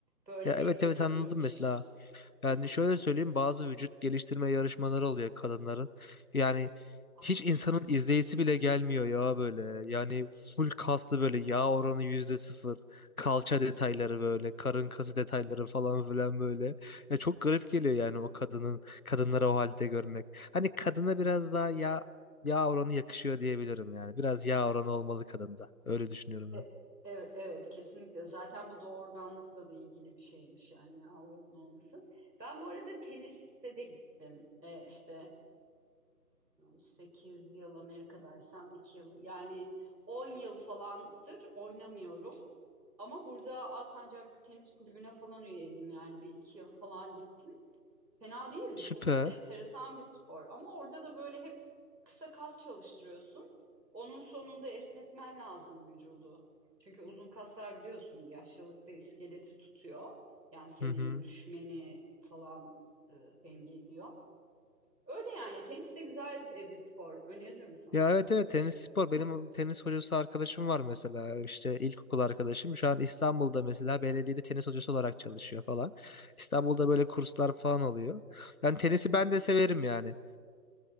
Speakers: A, on the right (about 85°); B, on the left (about 60°).
A: Böyle
B: Ya
A: elbise
B: evet evet anladım
A: giymiş.
B: mesela. Yani
A: Hı hı.
B: şöyle söyleyeyim bazı vücut geliştirme yarışmaları oluyor kadınların. Yani
A: Ay.
B: hiç insanın izleyisi bile gelmiyor ya böyle. Yani full kaslı böyle yağ oranı yüzde sıfır. Kalça detayları böyle. Karın kası detayları falan filan böyle. Ya çok garip geliyor yani o kadının kadınları o halde görmek. Hani kadına biraz daha yağ, yağ oranı yakışıyor diyebilirim yani. Biraz yağ oranı olmalı kadında. Öyle düşünüyorum
A: E-
B: ben.
A: e- Evet, kesinlikle. Zaten bu doğurganlıkla da ilgili bir şeymiş yani avranın olması. Ben bu arada tenise de gittim. E, işte 8 yıl Amerika'daysam 2 yıl yani 10 yıl falandır oynamıyorum. Ama burada Alsancak Tenis Kulübü'ne falan üyeydim yani bir iki yıl falan gittim. Fena değildi.
B: Süper.
A: Tenis de enteresan bir spor ama orada da böyle hep kısa kas çalıştırıyorsun. Onun sonunda esnetmen lazım vücudu. Çünkü uzun kaslar biliyorsun yaşlılıkta iskeleti tutuyor. Yani senin
B: Hı hı.
A: düşmeni falan e, engelliyor. Öyle yani tenis de güzel e, bir spor. Öneririm sana.
B: Ya evet evet tenis spor benim tenis hocası arkadaşım var mesela işte ilkokul arkadaşım şu an İstanbul'da mesela belediyede tenis hocası olarak çalışıyor falan. İstanbul'da böyle kurslar falan oluyor. Yani tenisi ben de severim yani.